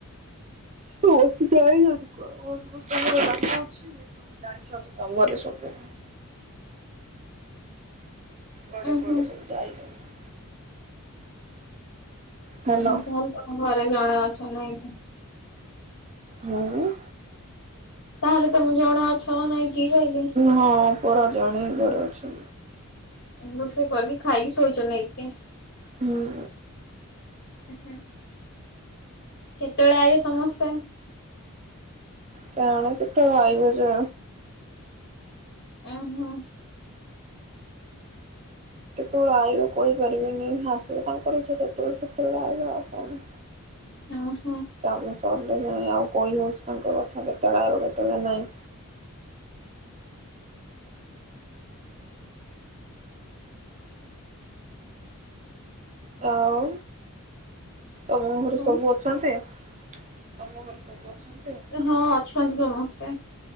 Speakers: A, on the right (about 30°); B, on the left (about 50°).
A: ଯାଇଛନ୍ତି କାମ ସମସ୍ତଙ୍କର କାମ ଅଛି ସବୁ ଯାଇଛନ୍ତି କାମରେ ସବୁ। ପଡେ
B: ଉଁ
A: ପଡେ
B: ହୁଁ
A: ସେମତି ଆଇଲେଣି। ହ୍ୟାଲୋ
B: ତାହେଲେ ତମ ଘରେ ଜଣା <unintelligible>
A: ମୁଁ
B: ତାହେଲେ ତମେ ଜଣେ ଅଛ ନାଇଁ। କି କହିଲି
A: ହଁ। ପରା ଜଣେଇବର ଅଛି।
B: ରୋଷେଇ କରିକି ଖାଇକି ଶୋଇଛ ନେଇକି?
A: ହୁଁ।
B: ଓ ହ। କେତେବେଳେ ଆଇବେ ସମସ୍ତେ?
A: କଣ କେତେବେଳେ ଆଇବେ ଯେ।
B: ଓ ହୋ।
A: କେତେବେଳେ ଆଇବେ କହିପାରିବିନି ଆସିବ ତାଙ୍କର ଇଛା କେତେବେଳେ ସେତେବେଳେ ଆଇିବ ଆଉ କଣ?
B: ହଁ।
A: କାମ ସରୁ। ଆଉ କହି ହଉଛି ତାଙ୍କ କଥା କେତେବେଳେ ଅଇବେ କେତେଳେ ନାହିଁ। ଆଉ ତମ ଘରେ
B: ହୁଁ।
A: ସବୁ ଅଛନ୍ତି? ତମ ଘରେ ସବୁ ଅଛନ୍ତି?
B: ହଁ ଅଛନ୍ତି ସମସ୍ତେ।